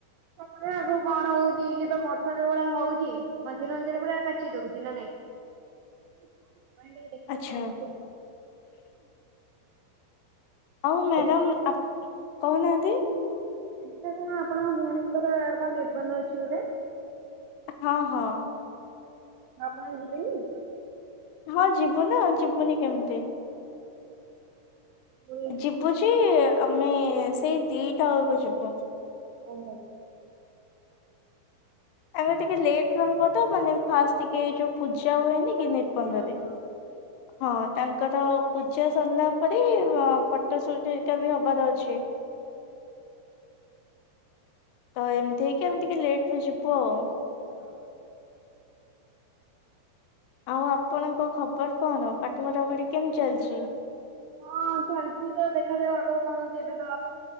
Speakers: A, on the right; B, on the left.
A: ଦେଖାଯାଉ ଆଗକୁ କଣ ହୋଉଛି ଇଏ ତ ବର୍ଷା ଯେଉଭଳିଆ ହୋଉଛି। ମଝିରେ ମଝିରେ ପୁରା କାଚି ଦଉଛି ନା ନାଇଁ? ଭାଈ ଟିକେ ଦେଖିବା
B: ଆଚ୍ଛା।
A: କଣ ହଉଚି ଆଉ।
B: ହଁ ମ୍ୟାଡ଼ାମ
A: ଆଜି
B: ଆପ କହୁନାହାନ୍ତି?
A: ଆଜି ପା କଣ ଆପଣଙ୍କ ଭଉଣୀଙ୍କର କଣ ନିର୍ବନ୍ଧ ଅଛି ବୋଧେ।
B: ହଁ ହଁ।
A: ଆପଣ ଯିବେନି?
B: ହଁ ଯିବୁ ନା ଯିବୁନି କେମିତି।
A: ପୁଣି
B: ଯିବୁ ଯେ ଆମେ ସେଇ ଦିଟା ବେଳକୁ ଯିବୁ।
A: ଓହୋ।
B: ଆମେ ଟିକେ ଲେଟ୍ ରେ ହବ ତ ମାନେ ଫାଷ୍ଟ ଟିକେ ଯୋଉ ପୂଜା ହୁଏନି କିିନେ ପରେ
A: ହଁ ହଁ।
B: ହଁ। ତାଙ୍କର ପୂଜା ସରିଲା ପରେ ଫଟୋ ସୁଟିକା ବି ହବାର ଅଛି। ତ ଏମିତି ହେଇକି ଆମେ ଟିକେ ଲେଟ୍ ରେ ଯିବୁ ଆଉ।
A: ହଁ।
B: ଆଉ ଆପଣଙ୍କ ଖବର କଣ ପାଠ ପଢା ପଢି କେମିତି ଚାଲିଚି।
A: ହଁ ଚାଲିଛି ତ ଦେଖାଯାଉ ଆଗକୁ କଣ ହଉଚି। ଏବେ ତ